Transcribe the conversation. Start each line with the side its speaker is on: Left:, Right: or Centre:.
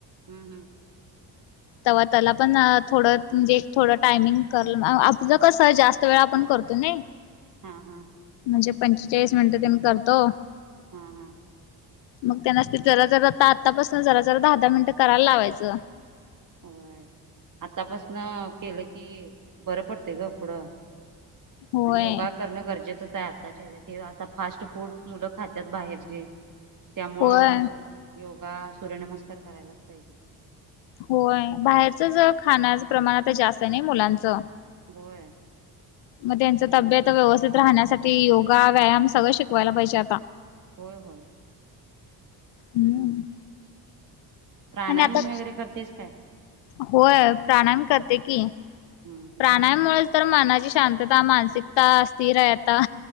Right: हम्म हम्म
Left: तव्हा त्याला पण अं थोडं म्हणजे थोडं टायमिंग करण, आपलं कसं जास्त वेळ आपण करतोय. नाही
Right: हां हां
Left: जे पंचेचाळीस मिनिटं त्यांमी करतो.
Right: हां हां
Left: मग त्यांना नसती जरा जरा आता आत्तापासून जरा जरा दहा दहा मिनिटं करायला लावायचं.
Right: होय आतापासन केलं की बरं पडते ग पुढं.
Left: होय
Right: आणि योगा करणं गरजेचंच आहे आत आता त्याज्या ते, आता फास्ट फूड मुलं खात्यात बाहेरची त्यामुळं
Left: होय
Right: योग बघा, सूर्यनमस्कार करायलाच पाहिजे.
Left: होय बाहेरच जर खाणार, प्रमाण आता जास्त नाही मुलांचं
Right: होय
Left: मग त्यांच तब्येत
Right: त्यामुळे
Left: व्यवस्थित राहण्यासाठी योगा व्यायाम सगळं शिकवायला पाहिजे आता.
Right: होय होय
Left: हम्म
Right: प्राणायाम
Left: आणि आता
Right: वगैरे करतेस काय
Left: होय प्राणायाम करते की,
Right: हम्म हम्म
Left: प्राणायाममुळेच तर मनाची शांतता मानसिकता स्थिर आहेत. आता